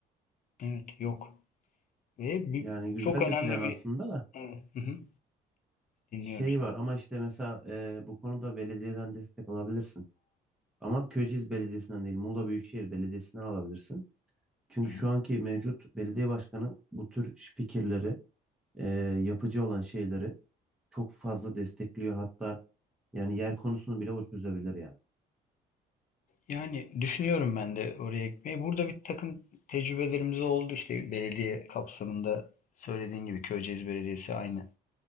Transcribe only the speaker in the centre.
Yani güzel
bir plan aslında
da
şey
var ama işte mesela e, bu konuda belediyeden destek alabilirsin. Ama Köyceğiz Belediyesi'nden değil, Muğla Büyükşehir Belediyesi'nden alabilirsin. Çünkü
şu anki mevcut belediye başkanı bu tür fikirleri, e, yapıcı olan şeyleri çok fazla destekliyor. Hatta yani yer konusunu bile o çözebilir yani.